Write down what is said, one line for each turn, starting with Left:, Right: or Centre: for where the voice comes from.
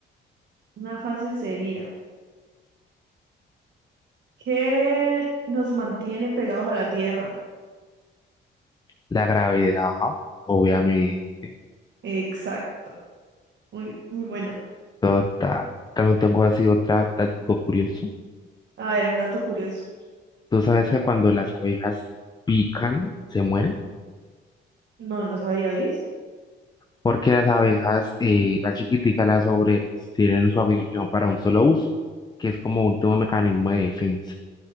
Right: Una fácil sería, ¿qué nos mantiene pegados a la tierra?
Left: la gravedad, obviamente.
Right: Exacto. Muy, muy buena.
Left: Total. También tengo así otra táctico curioso.
Right: A ver, un dato curioso.
Left: ¿Tú sabes que cuando las abejas pican, se mueren?
Right: No, no sabía, ¿viste?
Left: porque las abejas, eh, las chiquiticas, las obreras, tienen su aguijón para un solo uso, que es como último mecanismo de defensa.